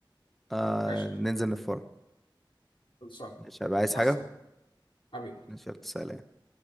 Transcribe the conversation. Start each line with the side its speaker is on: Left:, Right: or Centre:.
Centre: آه
Left: ماشي
Centre: ننزل نتفرج
Left: خلصان
Centre: مش هبقى عايز حاجة
Left: عسل حبيبي
Centre: ماشي يلا، سلام